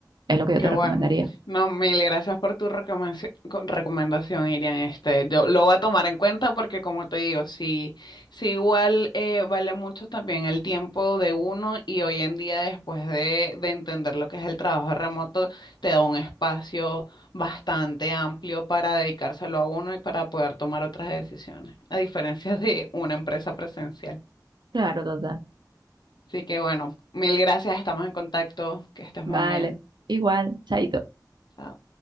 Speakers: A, on the right; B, on the left.
A: Es lo que yo
B: Qué
A: te recomendaría.
B: bueno. No, mil gracias por tu recomendaci- co- recomendación, Irian. Este, yo lo voy a tomar en cuenta porque, como te digo, sí, sí igual eh, vale mucho también el tiempo de uno y hoy en día, después de, de entender lo que es el trabajo remoto, te da un espacio bastante amplio para dedicárselo a uno y para poder tomar otras decisiones, a diferencia de una empresa presencial.
A: Claro, total.
B: Así que, bueno, mil gracias. Estamos en contacto. Que estés
A: Vale.
B: muy bien.
A: Igual, chaito.
B: Chao.